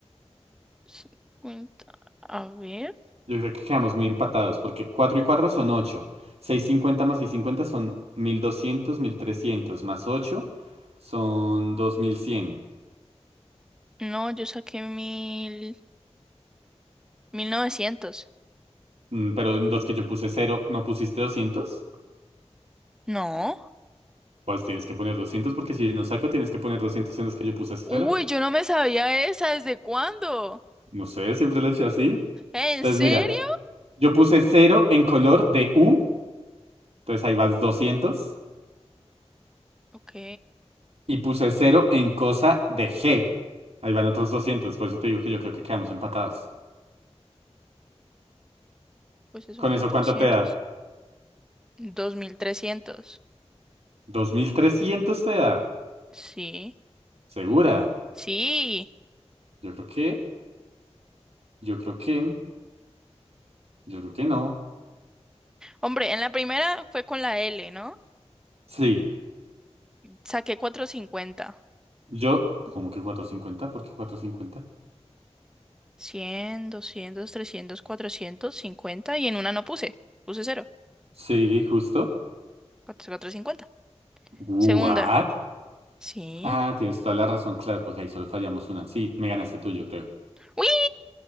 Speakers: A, in the centre; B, on the right (about 65°).
A: cincuenta. A ver.
B: Yo creo que quedamos muy empatados porque 4 y 4 son 8. cincuenta más seiscientos cincuenta son mil doscientos mil trescientos más ocho son 2100.
A: No, yo saqué mil. Mil novecientos.
B: Mm, Pero en los que yo puse cero ¿no pusiste doscientos
A: No.
B: Pues tienes que poner doscientos porque si no saco tienes que poner doscientos en los que yo puse cero
A: Uy, yo no me sabía esa. ¿Desde cuándo?
B: No sé, siempre lo he hecho así.
A: ¿En
B: Entonces,
A: serio?
B: mira, yo puse cero en color de U, entonces ahí vas doscientos
A: Ok.
B: y puse cero en cosa de G, ahí van otros doscientos por eso te digo que yo creo que quedamos empatados.
A: Pues son
B: ¿Con
A: cuatrocientos.
B: eso cuánto te da?
A: Dos mil trescientos.
B: dos mil trescientos te da.
A: Sí,
B: ¿Segura?
A: sí.
B: Yo creo que, yo creo que, yo creo que no.
A: Hombre, en la primera fue con la L, ¿no?
B: Sí,
A: Saqué 450,
B: yo, ¿cómo que cuatrocientos cincuenta ¿Por qué cuatrocientos cincuenta
A: 100, 200, 300, 400, 50 y en una no puse. Puse cero.
B: Sí, justo.
A: cuatrocientos cincuenta.
B: ¿What?
A: Segunda. Sí.
B: Ah, tienes toda la razón, claro, porque ahí solo fallamos una. Sí, me ganaste tú, yo creo.
A: ¡Uy!